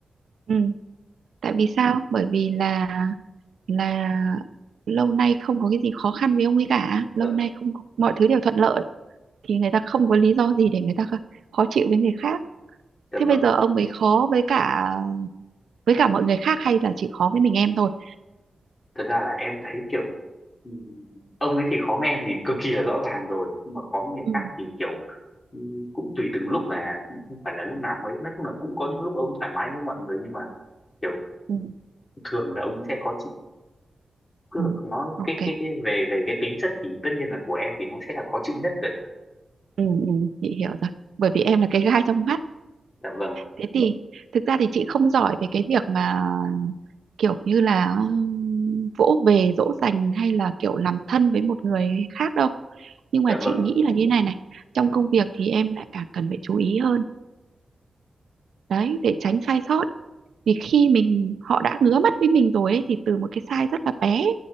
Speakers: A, on the right (about 90°); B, on the left (about 30°).
A: ừ. tại vì sao bởi vì là là lâu nay không có cái gì khó khăn với ông ấy cả lâu
B: vâng
A: nay không có, mọi thứ đều thuận lợi thì người ta không có lý do gì để người ta kh- khó chịu với người khác
B: dạ
A: thế bây
B: vâng
A: giờ ông ấy khó với cả với cả mọi người khác hay là chỉ khó với mình em thôi
B: thật ra là em thấy kiểu ừm, ông ấy thì khó với em thì cực kỳ là rõ ràng rồi nhưng mà khó với người
A: ừ
B: khác thì kiểu ừm, cũng tùy từng lúc mà cũng không phải là lúc nào cũng ấy nói chung là cũng có những lúc ông thoải mái với mọi người nhưng mà kiểu
A: ừ
B: thường là ông sẽ khó chịu cứ
A: ừ.
B: là nó
A: ok
B: cái cái cái về về cái tính chất thì tất nhiên là của em thì nó sẽ là khó chịu nhất rồi
A: ừ ừ chị hiểu rồi bởi vì em là
B: dạ
A: cái gai
B: vâng
A: trong mắt
B: dạ vâng
A: thế thì thực ra thì chị không giỏi về cái việc mà kiểu như là ừm, vỗ về dỗ dành hay là kiểu làm thân với một người khác đâu nhưng mà
B: dạ
A: chị
B: vâng
A: nghĩ là như này này trong công việc thì em lại càng cần phải chú ý hơn đấy để tránh sai sót vì khi mình họ đã ngứa mắt với mình rồi ấy, thì từ một cái size rất là bé